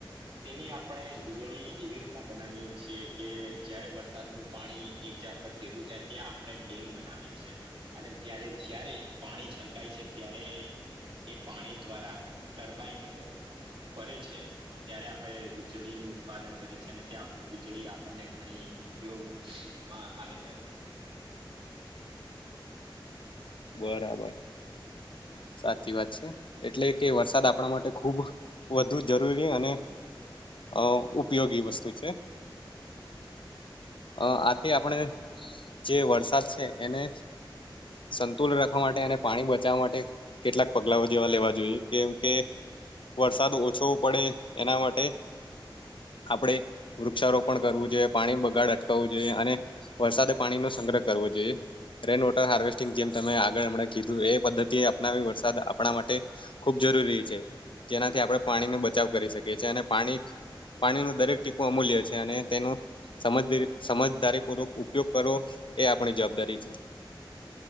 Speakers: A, on the right (about 75°); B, on the left (about 70°).
A: તેની આપણે વીજળી એવી રી તા બનાવીએ છી કે જયારે વરસાદનું પાણી એક જ પર ભેગું થાય ત્યાં આપડે ડેમ બનાવીએ છ છેએ અને ત્યારે જ્યારે પાણી છલકાય છે ત્યારે એ પાણી દ્વારા ટરબાઈન નું ફરે છે ત્યારે આપડે વીજળી નું ઉત્પાદન કરે છે ને ત્યાં વીજળી આપણને ઘણી ઉપયોગ માં આવે છે.
B: બરાબર, સાચી વાત છે. એટલે કે વરસાદ આપડા માટે ખુબ વધુ જરૂરી અને અહ ઉપયોગી વસ્તુ છે. અહ
A: હા
B: આથી આપણે જે વરસાદ છે એને સંતુલ રાખવા માટે અને પાણી બચાવવા માટે કેટલાક પગલાઓ જેવા લેવા જોઈએ કેમ કે વરસાદ ઓછો પડે એના માટે આપડે વૃક્ષારોપણ કરવું જોઈએ પાણી બગાડ અટકાવવું જોઈએ અને વરસાદ પાણી નો સંગ્રહ કરવો જોઈએ. રેઇન વોટર હાર્વેસ્ટ જેમ તમે આગળ હમણાં કીધું એ પદ્ધતિ અપનાવી વરસાદ આપણા માટે ખૂબ જરૂરી છે. જેનાથી આપડે પાણીનો બચાવ કરી શકીએ છીએ અને પાણી એક પાણી નું દરેક ટીપો અમૂલ્ય છે અને તેનું સમજ બી સમજદારી પૂર્વક ઉપયોગ કરો એ આપણી જવાબદારી છે.